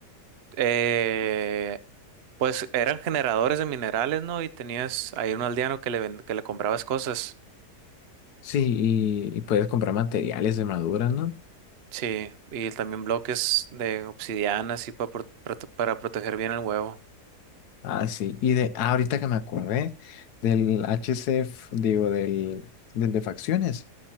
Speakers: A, on the right; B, on the left.
A: eh, pues eran generadores de minerales, ¿no? Y tenías ahí un aldeano que le, ven- que le comprabas cosas.
B: Sí, y, y puedes comprar materiales de madura, ¿no?
A: Sí, y también bloques de obsidiana, así pa pro- prote- para proteger bien el huevo.
B: Ah, sí. Y de ah, ahorita que me acordé del HCF, digo, del, del de facciones.